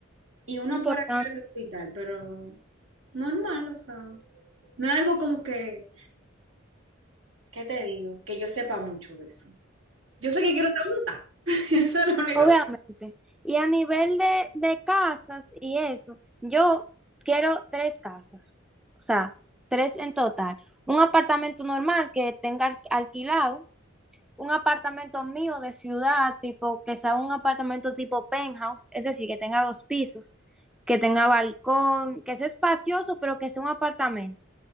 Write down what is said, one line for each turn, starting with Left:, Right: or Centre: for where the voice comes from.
Right: y una
Centre: importante.
Right: para ir al hospital, pero normal, o sea, no es algo como que, ¿qué te digo? Que yo sepa mucho de eso. Yo sé que quiero otra monta, <laughs> eso es lo único
Centre: Obviamente. Y a nivel de, de casas y eso, yo quiero tres casas, o sea, tres en total. Un apartamento normal que tenga al- alquilado, un apartamento mío de ciudad, tipo que sea un apartamento tipo penthouse, es decir, que tenga dos pisos, que tenga balcón, que sea espacioso, pero que sea un apartamento,